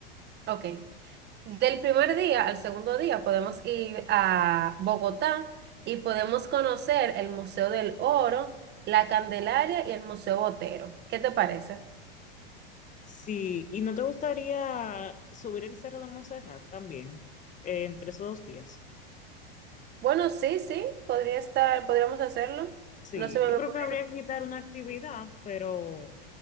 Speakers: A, on the right; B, on the left.
A: Ok. Del primer día al segundo día podemos ir a Bogotá y podemos conocer el Museo del Oro, la Candelaria y el Museo Botero. ¿Qué te parece?
B: Sí, ¿y no te gustaría subir el Cerro de Montserrat también eh, entre esos dos días?
A: Bueno, sí, sí, podría estar, podríamos hacerlo.
B: Sí,
A: No se me
B: yo
A: había
B: creo
A: ocurrido.
B: que habría que quitar una actividad, pero